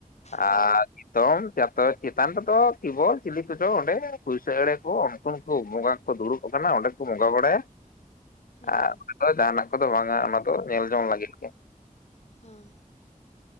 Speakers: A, on the left; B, on the left.
A: ᱦᱚᱸ
B: ᱟᱨ ᱮᱠᱫᱚᱢ ᱡᱟᱛᱚ ᱪᱮᱛᱟᱱ ᱨᱮᱫᱚ ᱠᱤᱵᱚᱞ ᱪᱤᱞᱤ ᱠᱚᱪᱚᱝ ᱚᱸᱰᱮ ᱯᱩᱭᱥᱟᱹ ᱮᱲᱮ ᱠᱚ ᱩᱱᱠᱩ ᱦᱚᱸ ᱠᱚ ᱵᱚᱸᱜᱟ ᱠᱚ ᱫᱩᱲᱩᱵ ᱠᱚ ᱠᱟᱱᱟ ᱚᱸᱰᱮ ᱠᱚ ᱵᱚᱸᱜᱟ ᱵᱟᱲᱟᱭᱟ
A: ᱦᱩᱸ
B: ᱟᱨ
A: ᱦᱩᱸ
B: ᱚᱸᱰᱮ ᱫᱚ ᱡᱟᱦᱟᱱᱟᱜ ᱠᱚᱫᱚ ᱵᱟᱝᱟ ᱚᱱᱟ ᱫᱚ ᱧᱮᱞ ᱡᱚᱝ ᱞᱟᱹᱜᱤᱫ ᱜᱮ
A: ᱦᱮᱸ